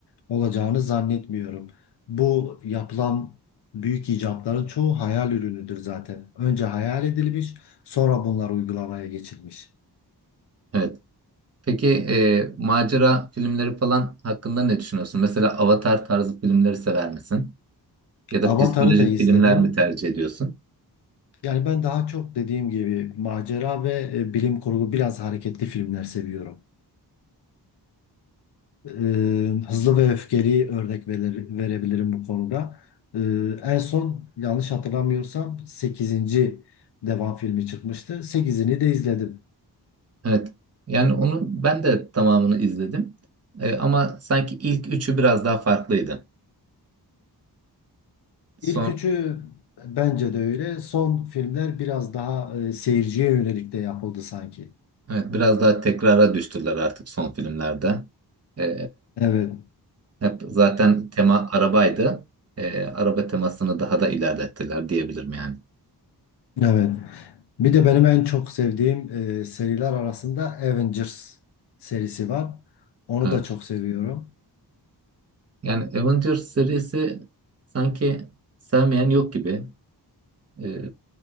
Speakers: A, on the left; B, on the right.
A: olacağını zannetmiyorum. Bu yapılan büyük icatların çoğu hayal ürünüdür zaten. Önce hayal edilmiş, sonra bunlar uygulamaya geçilmiş.
B: Evet. Peki e, macera filmleri falan hakkında ne düşünüyorsun? Mesela Avatar tarzı filmleri sever misin? Ya da
A: Avatar'ı
B: psikolojik
A: da izledim.
B: filmler mi tercih ediyorsun?
A: Yani ben daha çok dediğim gibi macera ve e, bilim kurgu biraz hareketli filmler seviyorum. E, Hızlı ve Öfkeli örnek verir- verebilirim bu konuda. E, en son yanlış hatırlamıyorsam sekizinci devam filmi çıkmıştı. Sekizini de izledim.
B: Evet. Yani onun ben de tamamını izledim. E, ama sanki ilk üçü biraz daha farklıydı. Son,
A: İlk üçü bence de öyle. Son filmler biraz daha e, seyirciye yönelik de yapıldı sanki.
B: evet, biraz daha tekrara düştüler artık son filmlerde. E,
A: Evet,
B: Hep zaten tema arabaydı. Ee, araba temasını daha da ilerlettiler diyebilirim yani.
A: evet. Bir de benim en çok sevdiğim e, seriler arasında Avengers serisi var. Onu
B: Evet.
A: da çok seviyorum.
B: Yani Avengers serisi sanki sevmeyen yok gibi. Ee,